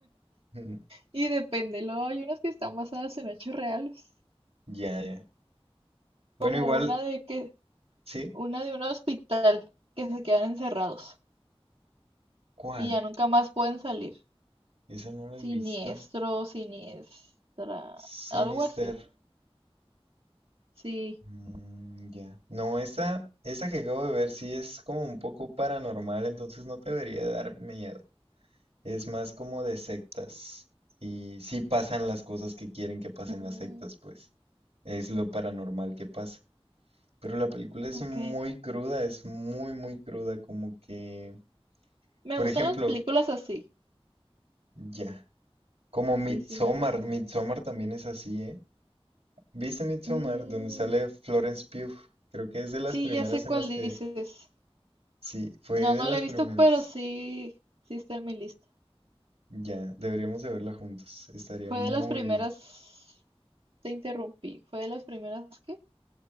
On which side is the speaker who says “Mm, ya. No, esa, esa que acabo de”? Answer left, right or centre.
Right